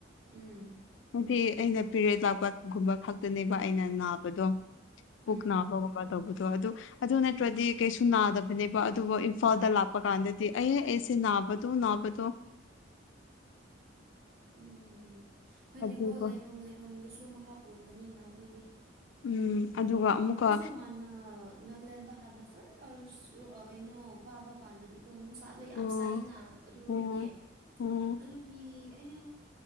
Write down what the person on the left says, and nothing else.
ꯍꯥꯏꯗꯤ ꯑꯩꯅ ꯄꯦꯔꯦꯗ ꯂꯥꯛꯄꯒꯨꯝꯕ ꯈꯛꯇꯅꯦꯕ ꯑꯩꯅ ꯅꯥꯕꯗꯣ
ꯄꯨꯛ ꯅꯥꯕꯒꯨꯝꯕ ꯇꯧꯕꯗꯣ ꯑꯗꯨ ꯑꯗꯨ ꯅꯠꯇ꯭ꯔꯗꯤ ꯀꯩꯁꯨ ꯅꯥꯗꯕꯅꯦꯕ ꯑꯗꯨꯕꯨ ꯏꯝꯐꯥꯜꯗ ꯂꯥꯛꯄ ꯀꯥꯟꯗꯗꯤ ꯑꯩ ꯑꯦꯁꯤꯦ ꯅꯥꯕꯗꯨꯣ ꯅꯅꯥꯕꯗꯨꯣ
ꯑꯗꯨꯒ
ꯎꯝ ꯑꯗꯨꯒ ꯑꯃꯨꯛꯀ
ꯑꯣ
ꯎꯝ ꯎꯝ